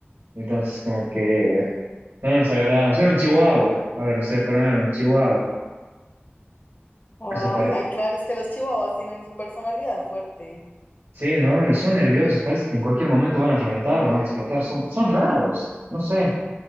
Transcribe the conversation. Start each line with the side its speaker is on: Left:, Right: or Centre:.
Right: Entonces, como que no nos agradamos. Era un chihuahua, ahora me estoy acordando, era un chihuahua.
Left: Ay,
Right: O sea, pare-
Left: ay, claro, es que los chihuahuas tienen su personalidad fuerte.
Right: Sí, ¿no? Y son nerviosos, parece que en cualquier momento van a reventar o van a explotar. Son, son raros, no sé,